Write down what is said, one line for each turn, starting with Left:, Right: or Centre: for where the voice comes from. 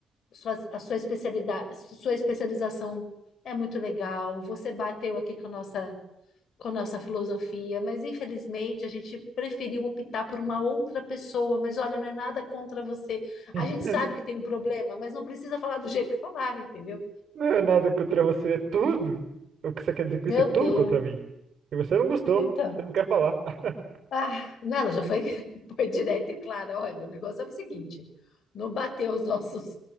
Left: sua, a sua especialidade, sua especialização é muito legal. Você bateu aqui com a nossa com nossa filosofia, mas infelizmente a gente preferiu optar por uma outra pessoa. Mas olha, não é nada contra você.
Right: <laughs>
Left: A gente sabe que tem um problema, mas não precisa falar do jeito que falaram, entendeu?
Right: Não é nada contra você, é tudo. O que você quer dizer com
Left: Meu
Right: isso é tudo
Left: Deus.
Right: contra mim. E você não gostou,
Left: Então,
Right: você não quer falar. <laughs>
Left: ah, não, ela já foi, <laughs> foi direta e clara. Olha, o negócio é o seguinte: não bateu os nossos,